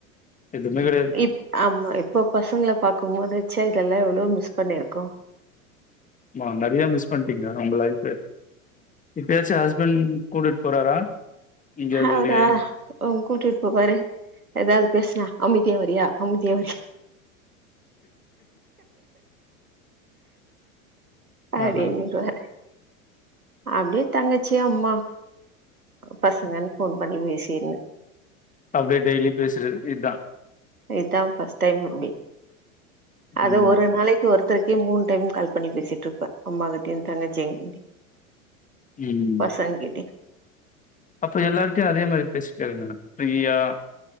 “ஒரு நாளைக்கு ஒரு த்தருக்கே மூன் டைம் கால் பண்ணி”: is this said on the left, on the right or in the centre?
Right